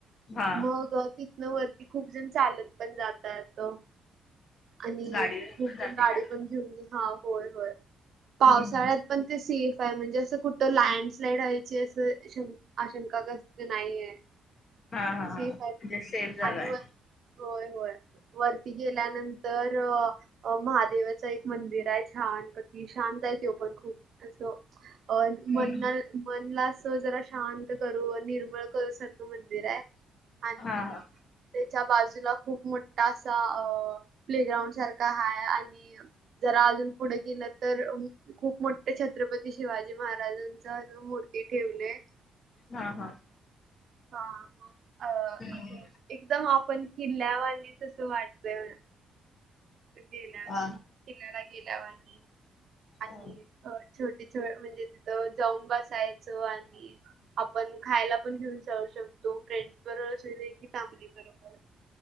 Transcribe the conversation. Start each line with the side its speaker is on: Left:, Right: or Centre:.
Left: हा
Right: मग तिथनं वरती खूप जण चालत पण जातात. आणि
Left: गाडी
Right: खूप
Left: जाते
Right: जण गाडी
Left: का
Right: पण घेऊन हा होय होय
Left: हम्म
Right: पावसाळ्यात.
Left: हम्म
Right: पण ते सेफ आहे म्हणजे असं कुठं लँडस्लाईड वयचे असं श. आशंकागस्त नाहीये.
Left: हा हा <inaudible>
Right: सेफ
Left: हा म्हणजे
Right: आहे ते.
Left: सेफ झालाय.
Right: आणि व होय, होय वरती गेल्यानंतर अ महादेवाच एक मंदिर आहे. छान प्रति शांत आहे. तो पण खूप असं अ
Left: हम्म
Right: मन मनला अस जरा शांत करू निर्मळ करू सारखं मंदिर आहे. आणि,
Left: हा हा
Right: त्याच्या बाजूला खूप मोठा असा अ प्ले ग्राउंड सारखा <inaudible> हा आणि जरा अजून पुढे गेलं तर खूप मोठे छत्रपती शिवाजी महाराजांचा मूर्ती ठेवलेय.
Left: हा.. हा..
Right: हा, मग अ
Left: हम्म
Right: असं एकदम आपण. किल्ल्यावानी तसं वाटतय म्हणा. गेल्या
Left: हा
Right: किनला गेल्या आणि
Left: हा
Right: आणि <inaudible> छोटे छोट म्हणजे. तिथं जाऊन बसायचं आणि आपण खायला पण घेऊन जाऊ शकतो. फ्रेंड्स बरोबर की फॅमिली बरोबर.